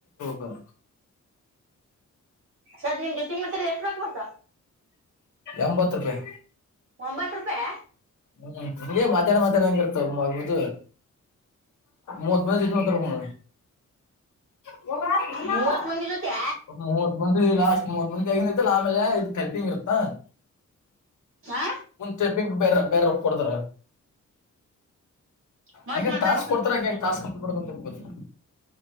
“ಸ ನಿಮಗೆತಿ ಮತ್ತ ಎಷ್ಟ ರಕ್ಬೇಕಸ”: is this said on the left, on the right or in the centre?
Right